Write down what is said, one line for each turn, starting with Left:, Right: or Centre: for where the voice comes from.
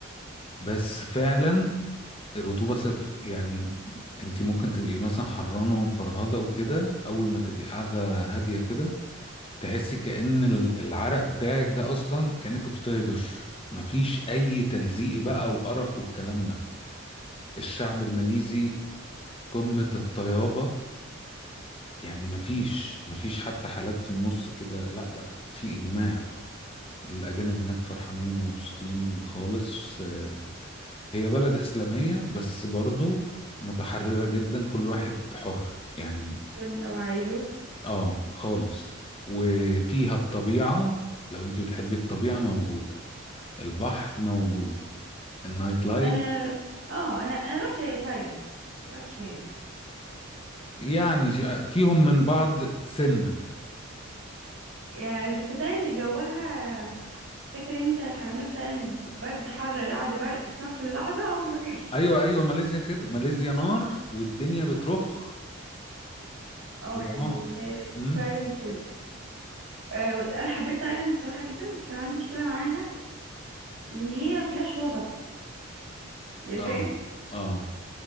Left: بس فعلا الرطوبة صفر يعني انت ممكن تبقي مثلا حرانة ومفرهدة وكده اول ما تبقي قاعدة هادية كده تحسي كأن ال- العرق بتاعك ده اصلا كأنك كنت بتاخدي دش مفيش اي تلزيق بقى وقرف والكلام ده الشعب الماليزي قمة الطيابة يعني مفيش مفيش حتى حالات في النص كده لا لا في إجماع الأجانب هناك فرحانين ومبسوطين خالص آه، هي بلد إسلامية بس برضو متحررة جدا كل واحد حر يعني
Right: بيعمل اللي هو عايزه
Left: آه خالص وفيها الطبيعة لو أنت بتحبي الطبيعة موجودة البحر موجود النايت لايف
Right: انا اه انا انا رحت تايلاند ما رحتش ماليزيا
Left: يعني ش- فيهم من بعض سن
Right: يا- بس تايلاند جوها فاكر انت حرامية في تايلاند برد حر رعد برق في نفس اللحظة هم كده
Left: ايوه ايوه ماليزيا كده ماليزيا نار والدنيا بترخ
Right: <laughs> اه
Left: ونار
Right: يعني هي
Left: امم
Right: تايلاند كده آه، انا حبيت تايلاند بصراحة جدا بس كان عندي مشكلة معاها ان هي ما فيهاش وسط يعني
Left: اه
Right: فاهم
Left: اه